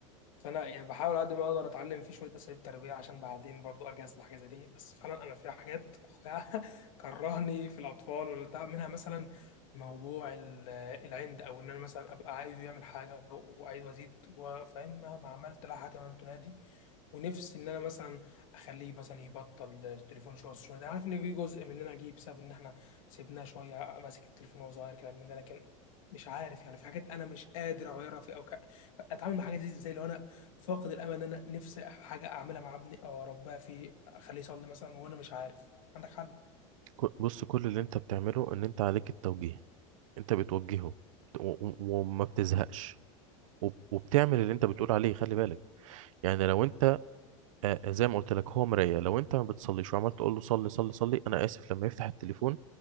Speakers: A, on the left; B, on the right.
A: فانا يعني بحاول على قد ما اقدر اتعلم فيه شويه اساليب تربيه عشان بعدين برضو اجهز لحاجه زي دي بس فعلا انا في حاجات اخويا <laughs> كرهني في الاطفال والبتاع منها مثلا موضوع ال- العند او ان انا مثلا ابقى عايزه يعمل حاجه وعايز وازيد وفاهم مهما عملت لا حتما تنادي ونفسي ان انا مثلا اخليه مثلا يبطل التليفون شويه شويه ده عارف ان في جزء مننا جه بسبب ان احنا سيبناه شويه ماسك التليفون وهو صغير كلام من ده لكن مش عارف يعني في حاجات انا مش قادر اغيرها في او ك... اتعامل مع حاجه دي ازاي لو انا فاقد الامل ان انا نفسي حاجه اعملها مع ابني او اربيها فيه اخليه يصلي مثلا وانا مش عارف عندك حل
B: ك- بص كل اللي أنت بتعمله إن أنت عليك التوجيه أنت بتوجهه و... و... وما بتزهقش وب- وبتعمل اللي أنت بتقول عليه خلي بالك يعني لو انت آه، آه، زي ما قلت لك هو مراية لو انت ما بتصليش وعمال تقول له صلي صلي صلي انا اسف لما يفتح التليفون